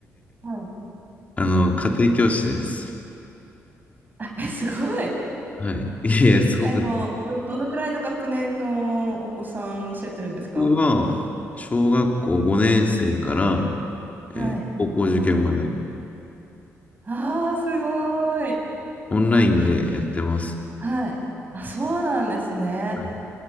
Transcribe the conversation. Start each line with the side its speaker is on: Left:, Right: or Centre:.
Right: はい。
Left: <laughs> あの、家庭教師です。
Right: あ、え、すごい。
Left: はい。いやいや、すごく、
Right: あの、ど、どのくらいの学年のお子さんを教えてるんですか
Left: 僕は、小学校5年生から、
Right: はい。
Left: えー高校受験まで、
Right: ああー、すごい。
Left: オンラインでやってます。
Right: はい。あ、そうなんですね。
Left: はい